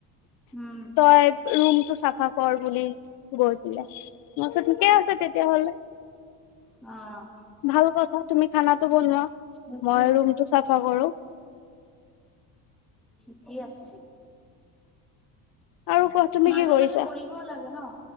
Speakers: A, in the centre; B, on the left.
A: উম
B: তই ৰুম টো চাফা কৰ বুলি গৈ পেলাই, মই কৈছো ঠিকে আছে তেতিয়া হ'লে।
A: অ'।
B: ভাল কথা তুমি খানাটো বনোৱা,
A: সেইটোৱে
B: মই ৰুমটো চাফা কৰো।
A: ঠিকেই আছে।
B: আৰু কোৱা তুমি
A: মাজে
B: কি কৰিছা?
A: মাজে কৰিবও লাগে ন?